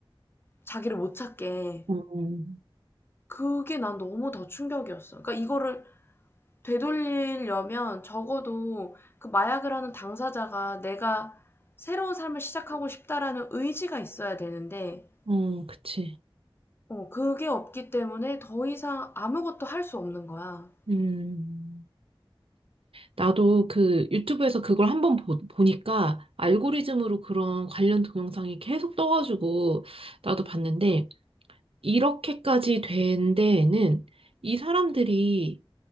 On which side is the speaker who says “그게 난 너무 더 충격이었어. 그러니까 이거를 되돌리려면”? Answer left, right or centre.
Left